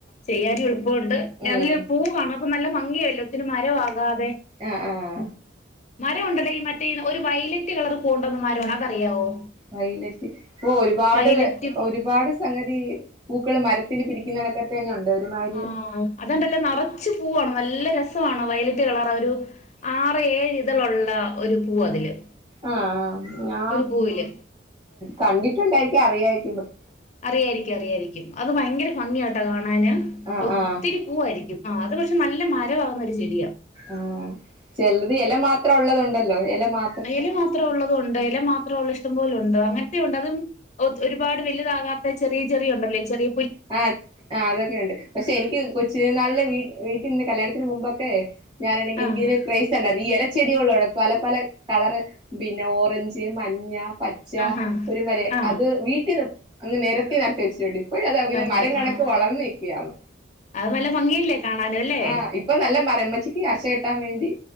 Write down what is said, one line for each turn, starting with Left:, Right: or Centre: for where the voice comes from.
Left: ചെയ്യാനും എളുപ്പമുണ്ട്
Right: ഉം
Left: അതില് പൂവ് കാണും അപ്പോ നല്ല ഭംഗിയായല്ലോ ഒത്തിരി മരമാകാത്ത
Right: ആഹ ആഹ
Left: മരം ഉണ്ടടാ ഈ മറ്റേ ഒരു വൈലറ്റ് കളർ പൂവുണ്ടാവുന്ന മരമാണ് അതറിയാവോ
Right: വൈലറ്റ് ഇപ്പൊ ഒരുപാട്
Left: വയലറ്റ്
Right: ഒരുപാട് സംഗതി പൂക്കൾ മരത്തില് പിടിക്കുന്ന കണക്കത്തെന്ന ഉണ്ട് ഒരുമാതിരി
Left: ആഹ അത്ണ്ടല്ല നിറച്ച് പൂവാണ് നല്ല രസ വയലറ്റ് കളർ ഒരു ആറ് ഏഴ് ഇതളുള്ള ഒരു പൂവ് അതില്
Right: ആ ഞാ
Left: ഒരു പൂവില്
Right: കണ്ടിട്ടുണ്ടായിരിക്കും അറിയായിരിക്കു
Left: അറിയായിരിക്കും അറിയായിരിക്കും അത് ഭയങ്കര ഭംഗിയാട്ട കാണാന്
Right: ആഹ്
Left: ഒത്തിരി
Right: ആഹ്
Left: പൂവായിരിക്കും ആ അത് പക്ഷെ നല്ല മരമാകുന്ന ഒരു ചെടിയാ
Right: ആഹ ചിലത് ഇല മാത്രം ഉള്ളതുണ്ടല്ലോ ഇല മാ
Left: ആ ഇല മാത്രം ഉള്ളതുണ്ട് ഇല മാത്രമുള്ള ഇഷ്ടം പോലെ ഉണ്ട് അങ്ങനത്തേമുണ്ട് അത് ഒ ഒരുപാട് വലുതാകാത്ത ചെറിയ ചെറിയുണ്ടല്ലോ ഈ ചെറി
Right: ആ ആ അതൊക്കെ ഉണ്ട് പക്ഷെ എനിക്ക് കൊച്ചുനാളിൽ വീട്ട വീട്ടിൽ നിന്ന് കല്യാണത്തിന് മുമ്പൊക്കെ ഞാനാണെങ്കിൽ എനിക്ക
Left: ആഹ്
Right: ഇങ്ങനെ ക്രൈസ് ഉണ്ടായിരുന്ന് ഈ ഇല ചെടികളൊള്ള പല പല കളറ് പിന്നെ ഓറഞ്ച് മ ഞ്ഞ പച്ച
Left: ആഹാ
Right: ഒരു <unintelligible>
Left: ആഹ്
Right: അത് വീട്ടി നിപ് അങ്ങ് നിരത്തി നട്ട് വെച്ചിട്ടുണ്ട് ഇപ്പം ഇ നിക്ക് അതങ്ങനെ
Left: ഇതാക്കും.
Right: മരം കണക്ക്
Left: ആഹ്
Right: വളർന്നിക്കാണ്
Left: അത് നല്ല ഭംഗിയില്ലേ കാണാനും അല്ലേ
Right: ആഹ ഇപ്പൊ നല്ല മരമ്പച്ചിക്ക് അശ കെട്ടാൻ വേണ്ടി